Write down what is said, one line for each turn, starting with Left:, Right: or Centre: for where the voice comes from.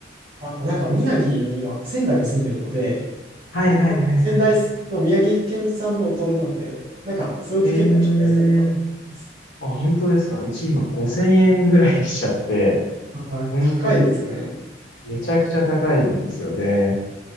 Right: あ、なんか宮城に今、仙台に住んでるので、
Left: はいはいはいはいはい。
Right: でしかも仙台の宮城県産のお米なんで、なんかそれで結構ちょっと安いのかもしれないです。
Left: へえ。あ、本当ですかうち今5000円ぐらいしちゃって、
Right: はい、
Left: 本当に
Right: 高いですね。
Left: めちゃくちゃ高いんですよね。